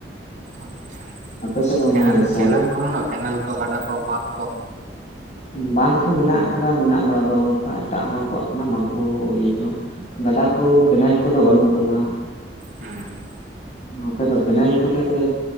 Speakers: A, on the right; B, on the left.
A: ᱟᱪᱪᱷᱟ
B: ᱟᱯᱮ ᱥᱮᱫ ᱫᱚ
A: ᱠᱮᱱᱟᱞ
B: ᱢᱟᱱᱮ ᱥᱮᱨ
A: ᱠᱮᱱᱟᱞ ᱠᱚ <unintelligible> ᱠᱮᱱᱮᱞ ᱠᱚ, ᱜᱟᱰᱟ ᱠᱚ, ᱵᱟᱸᱛ ᱠᱚ
B: ᱵᱟᱸᱛ ᱠᱚ ᱢᱮᱱᱟᱜ ᱟᱠᱟᱫᱟ ᱢᱮᱱᱟᱜ ᱫᱚ ᱟᱫᱚ ᱚᱱᱠᱟ ᱮᱴᱟᱜ ᱦᱚᱲ ᱠᱚᱣᱟᱜ ᱠᱟᱱᱟ ᱵᱟᱝ ᱠᱚ ᱮᱭᱟᱹ ᱪᱚᱣᱟ ᱜᱟᱰᱟ ᱠᱚ ᱠᱮᱱᱮᱞ ᱠᱚ ᱫᱚ ᱵᱟᱹᱱᱩᱜ ᱟᱠᱟᱫᱟ᱾
A: ᱦᱩᱸ
B: ᱟᱯᱮ ᱫᱚ ᱠᱮᱱᱮᱞ ᱠᱚᱛᱮ ᱯᱮ